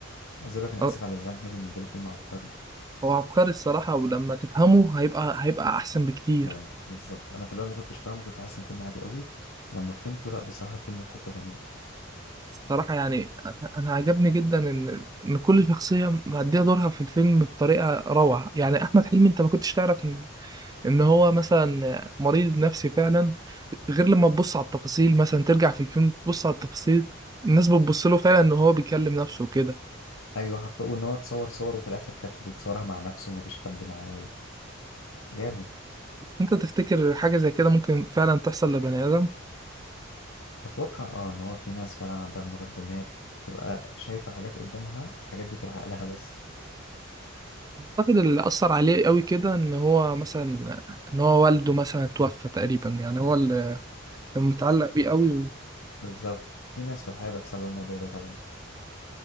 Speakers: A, on the left (about 75°); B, on the right (about 20°).
A: عايز اقول لك انا
B: آه،
A: اسف على الازعاج ده بالنسبه لي فيلم عبقري
B: هو عبقري الصراحة ولما تفهمه هيبقى هيبقى أحسن بكتير
A: اه بالظبط انا في الاول ما كنتش فاهمه كنت حاسس ان فيلم عادي قوي لما فهمته لا بصراحه الفيلم في حته تانية
B: الصراحة يعني أنا عجبني جدا إن إن كل شخصية مأدية دورها في الفيلم بطريقة روعة، يعني أحمد حلمي أنت ما كنتش تعرف إن إن هو مثلا مريض نفسي فعلا غير لما تبص على التفاصيل مثلا ترجع في الفيلم تبص على التفاصيل الناس بتبص له فعلا إن هو بيكلم نفسه وكده،
A: ايوه حرفيا وان هو اتصور صور وفي الاخر كانت بيتصورها مع نفسه ومفيش حد معاه و... جامد
B: أنت تفتكر حاجة زي كده ممكن فعلا تحصل لبني آدم؟
A: اتوقع اه ان هو في ناس فعلا عندها المرض ده ان هي بتبقى شايفه حاجات قدامها الحاجات دي في عقلها بس
B: أعتقد اللي أثر عليه قوي كده إن هو مثلا إن هو والده مثلا توفى تقريبا، يعني هو اللي كان متعلق بيه قوي
A: بالظبط في ناس في الحياة بيحصل لها الموضوع ده طبعا